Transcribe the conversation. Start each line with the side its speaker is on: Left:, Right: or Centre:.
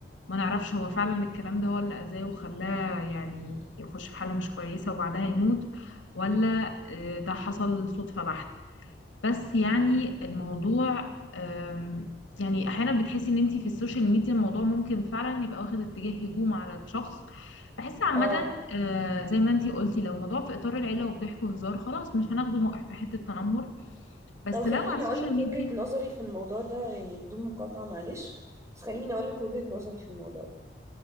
Left: ما نعرفش هو فعلا الكلام ده هو اللي أذاه وخلاه يعني يخش في حالة مش كويسة وبعدها يموت ولا آه، ده حصل صدفة بحت بس يعني الموضوع آم، يعني أحيانا بتحسي إن أنتي في السوشيال ميديا الموضوع ممكن فعلا يبقى واخد اتجاه هجوم على الشخص بحس عامة
Right: اه
Left: آه، زي ما أنتي قلتي لو موضوع في إطار العيلة وبضحك وهزار خلاص مش هناخده موقف في حتة تنمر بس
Right: لو خليني
Left: لو على السوشيال
Right: اقول لك
Left: ميديا
Right: وجهة نظري في الموضوع ده يعني بدون مقاطعة معلش بس خليني اقول لك وجهة نظري في الموضوع ده